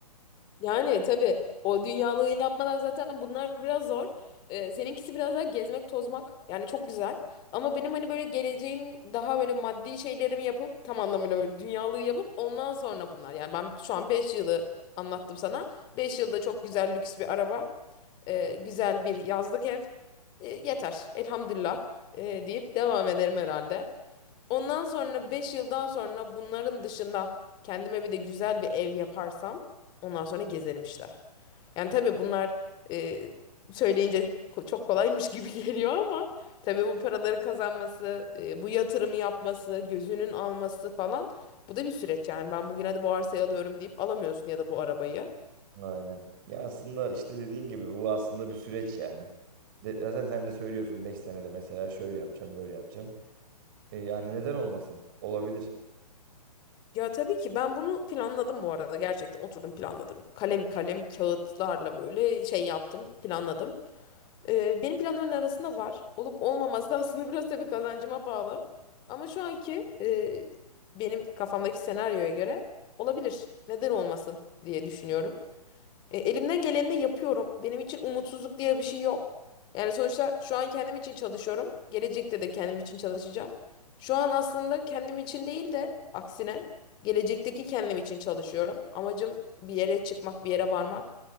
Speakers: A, on the left (about 20°); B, on the right (about 35°).
A: Yani tabii o dünyalığı yapmadan zaten bunlar biraz zor. Ee, seninkisi biraz daha gezmek, tozmak. Yani çok güzel. Ama benim hani böyle geleceğim daha böyle maddi şeylerimi yapıp tam anlamıyla böyle dünyalığı yapıp ondan sonra bunlar. Yani ben şu an 5 yılı anlattım sana. 5 yılda çok güzel lüks bir araba, e, güzel bir yazlık ev. E, yeter. Elhamdülillah e, deyip devam ederim herhalde. Ondan sonra 5 yıldan sonra bunların dışında kendime bir de güzel bir ev yaparsam ondan sonra gezerim işte. Yani tabii bunlar e, söyleyince ko- çok kolaymış gibi <laughs> geliyor ama tabii bu paraları kazanması, e, bu yatırımı yapması, gözünün alması falan bu da bir süreç yani. Ben bugün hadi bu arsayı alıyorum deyip alamıyorsun ya da bu arabayı.
B: Aynen. Ya aslında işte dediğin gibi bu aslında bir süreç yani. De, zaten sen de söylüyorsun 5 senede mesela şöyle yapacağım böyle yapacağım. E, yani neden olmasın? Olabilir.
A: Ya tabii ki ben bunu planladım bu arada gerçekten oturdum planladım. Kalem kalem kağıtlarla böyle şey yaptım planladım. Ee, benim planların arasında var. Olup olmaması da aslında <laughs> biraz tabii kazancıma bağlı. Ama şu anki e, benim kafamdaki senaryoya göre olabilir. Neden olmasın diye düşünüyorum. E, elimden geleni de yapıyorum. Benim için umutsuzluk diye bir şey yok. Yani sonuçta şu an kendim için çalışıyorum. Gelecekte de kendim için çalışacağım. Şu an aslında kendim için değil de aksine gelecekteki kendim için çalışıyorum. Amacım bir yere çıkmak, bir yere varmak.